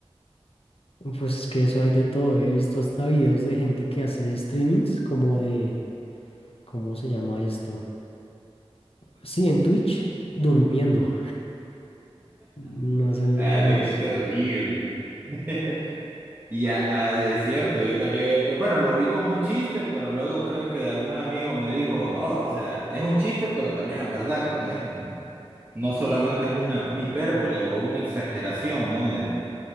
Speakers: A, on the left (about 65°); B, on the right (about 20°).
A: Pues es que eso hay de todo. He visto hasta videos de gente que hace streamings como de, ¿cómo se llama esto? Sí, en Twitch, durmiendo. No hacen
B: Fíjate
A: nada más.
B: qué terrible. <laughs> Y ya, ah, es cierto, yo también, eh, bueno, lo vi como un chiste, pero luego creo que algún amigo me dijo, no, o sea, es un chiste, pero también es verdad, como dije, no solamente es una, una hipérbole o una exageración, ¿no? De,